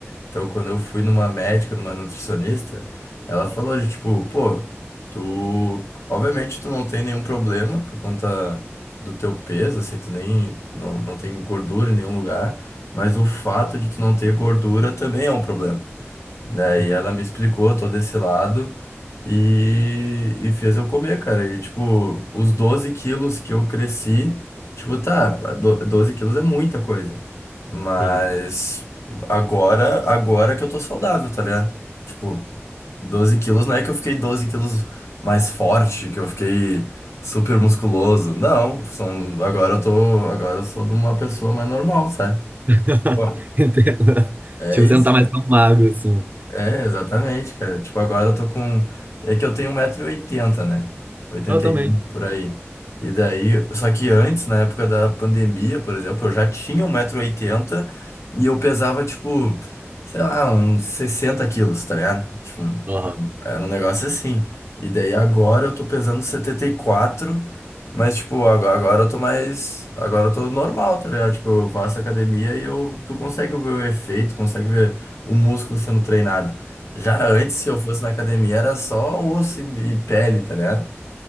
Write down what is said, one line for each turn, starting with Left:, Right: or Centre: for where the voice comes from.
Left: Então, quando eu fui numa médica, numa nutricionista, ela falou de tipo, pô, tu, obviamente tu não tem nenhum problema por conta do teu peso, assim, tu nem, não, não tem gordura em nenhum lugar, mas o fato de tu não ter gordura também é um problema. Daí
Right: Sim,
Left: ela me explicou todo esse lado e, e fez eu comer, cara. E, tipo, os 12 quilos que eu cresci, tipo, tá, do- 12 quilos é muita coisa. Mas
Right: sim.
Left: agora, agora que eu tô saudável, tá ligado? Tipo, 12 quilos não é que eu fiquei 12 quilos mais forte, que eu fiquei super musculoso. Não, são, agora eu tô, agora eu sou de uma pessoa mais normal, sabe?
Right: <laughs>
Left: Pô,
Right: Entendo.
Left: É
Right: Tipo,
Left: isso.
Right: você não tá mais tão magro assim.
Left: É, exatamente, cara. Tipo, agora eu tô com. É que eu tenho um metro e oitenta, né? 81
Right: Eu também.
Left: por aí. E daí. Só que antes, na época da pandemia, por exemplo, eu já tinha um metro e oitenta e eu pesava, tipo, sei lá, uns 60 quilos, tá ligado? Tipo,
Right: Aham.
Left: era um negócio assim. E daí agora eu tô pesando 74, mas tipo, ago- agora eu tô mais. Agora eu tô normal, tá ligado? Tipo, eu faço academia e eu, tu consegue ver o efeito, consegue ver o músculo sendo treinado. Já antes, se eu fosse na academia, era só osso e e pele, tá ligado?